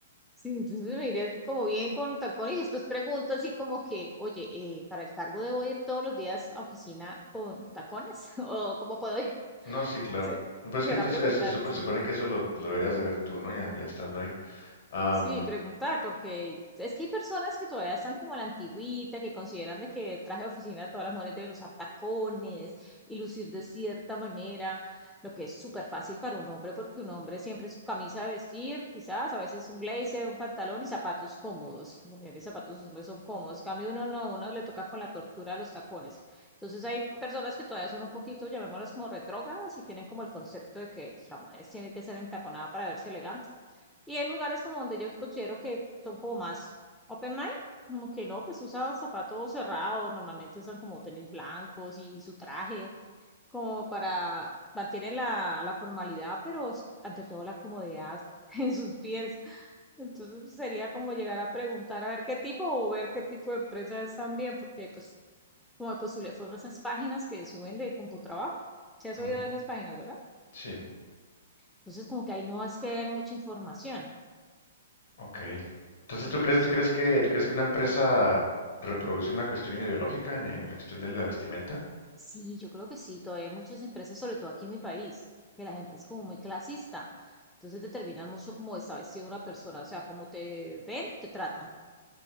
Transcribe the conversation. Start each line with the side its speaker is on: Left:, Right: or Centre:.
Centre: Sí, entonces me iré así como bien con los tacones y después pregunto así como que, oye, eh, ¿para el cargo debo ir todos los días a oficina con tacones? <laughs> ¿O cómo puedo ir?
Left: No,
Centre: <laughs>
Left: sí, claro.
Centre: Se-
Left: No, Pues
Centre: Será
Left: es que tú-
Centre: preguntar,
Left: es- se supo-
Centre: sí.
Left: se supone que eso lo, lo deberías de ver tú, ¿no? Ya, ya estando ahí. Am,
Centre: Sí, preguntar, porque es que hay personas que todavía están como a la antigüita, que consideran de que el traje de oficina todas las mujeres deben usar tacones y lucir de cierta manera, lo que es súper fácil para un hombre, porque un hombre siempre su camisa de vestir, quizás, a veces un blazer, un pantalón y zapatos cómodos. Las Mujeres, zapatos, los hombres son cómodos. En Cambio uno no, uno le toca con la tortura de los tacones. Entonces hay personas que todavía son un poquito, llamémoslas como retrógradas y tienen como el concepto de que pues, la mujer tiene que ser entaconada para verse elegante y hay lugares como donde yo considero que son como más open mind, como que no, pues usa zapatos cerrados, normalmente usan como tenis blancos y su traje, como para mantener la, la formalidad, pero s- ante todo la comodidad <laughs> en sus pies. Entonces sería como llegar a preguntar a ver qué tipo o ver qué tipo de empresa es también, porque pues como de postulé fueron esas páginas que suben de CompuTrabajo. se has
Left: ujú,
Centre: oído de esas páginas, ¿verdad?
Left: sí,
Centre: Entonces como que ahí no es que den mucha información.
Left: ok. Entonces,
Centre: Sí,
Left: ¿tú
Centre: entonces
Left: crees, tú crees que, tú crees que una empresa reproduce una cuestión ideológica en, en la cuestión de la vestimenta?
Centre: Sí, yo creo que sí, todavía hay muchas empresas, sobre todo aquí en mi país, que la gente es como muy clasista. Entonces determinan mucho cómo está vestida una persona, o sea, cómo te ven, te tratan.